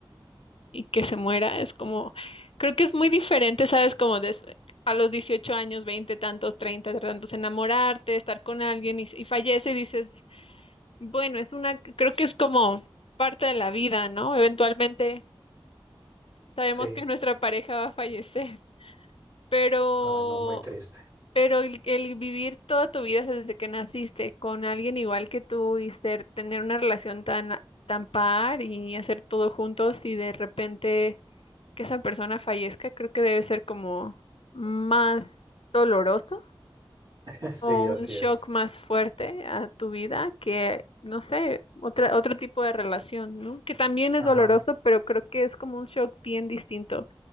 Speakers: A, on the left; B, on the right.
A: y que se muera, es como, creo que es muy diferente, ¿sabes? Como des- a los 18 años, 20 tantos, 30 tantos, enamorarte, estar con alguien y, y fallece y dices, bueno, es una, creo que es como parte de la vida, ¿no? Eventualmente sabemos
B: sí.
A: que nuestra pareja va a fallecer, pero
B: Ah, no, muy triste.
A: pero el, el vivir toda tu vida desde que naciste con alguien igual que tú y ser, tener una relación tan, tan par y hacer todo juntos y de repente que esa persona fallezca, creo que debe ser como más doloroso
B: <laughs> Sí,
A: o
B: así
A: un shock
B: es.
A: más fuerte a tu vida que, no sé, otra, otro tipo de relación, ¿no? Que también es
B: Ajá.
A: doloroso, pero creo que es como un shock bien distinto.